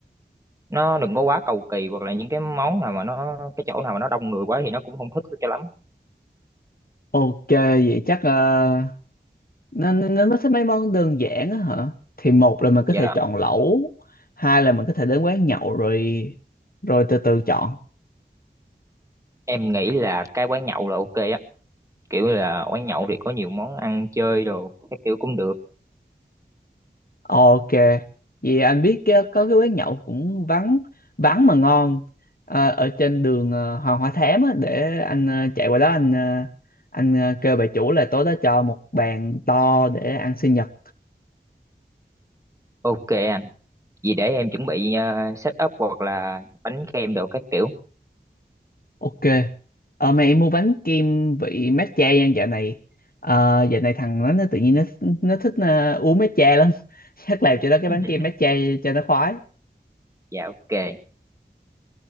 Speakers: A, on the right (about 15°); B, on the left (about 50°).
A: nó đừng có quá cầu kỳ hoặc là những cái món nào mà nó cái chỗ nào mà nó đông người quá thì nó cũng không thích cho lắm
B: Ok, vậy chắc ờ, nó nó nó nó thích mấy món đơn giản á hả? Thì một là mình có
A: dạ
B: thể chọn lẩu, hai là mình có thể đến quán nhậu rồi rồi từ từ chọn.
A: em nghĩ là cái quán nhậu là ok á kiểu là quán nhậu thì có nhiều món ăn chơi đồ cái kiểu cũng được
B: Ok, vậy anh biết cái- có cái quán nhậu cũng vắng vắng mà ngon ờ, ở trên đường ờ, Hoàng Hoa Thám á, để anh ờ, chạy qua đó anh ờ, anh ờ, kêu bà chủ là tối đó cho một bàn to để ăn sinh nhật
A: ok anh vì để em chuẩn bị uh, set up hoặc là bánh kem đồ các kiểu
B: Ok, ờ, mẹ em mua bánh kem vị matcha nha dạo này. Ờ, dạo này thằng nó, nó tự nhiên nó nó thích ờ, uống matcha lắm. <laughs> Chắc làm cho nó cái
A: <laughs>
B: bánh kem matcha cho nó khoái.
A: dạ ok